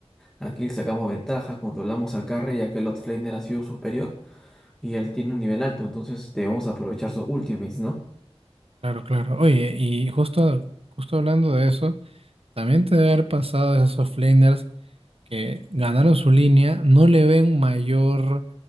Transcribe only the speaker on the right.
Claro, claro. Oye, y justo, justo hablando de eso, también te debe haber pasado de esos offlaners que ganaron su línea, no le ven mayor,